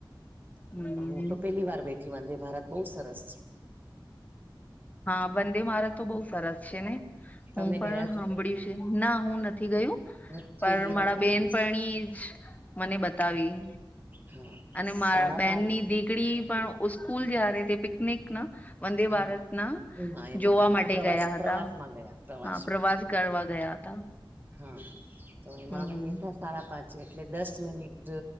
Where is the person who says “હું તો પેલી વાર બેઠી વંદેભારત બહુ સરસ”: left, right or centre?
Right